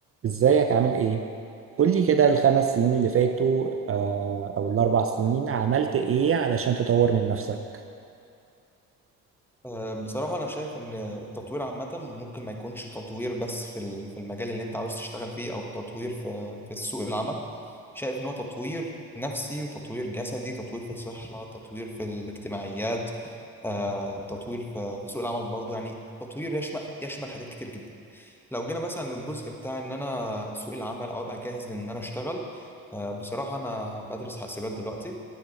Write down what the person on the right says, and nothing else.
ازيك عامل ايه؟ قولي كده الخمس سنين اللي فاتوا آه او الاربع سنين عملت ايه علشان تطور من نفسك؟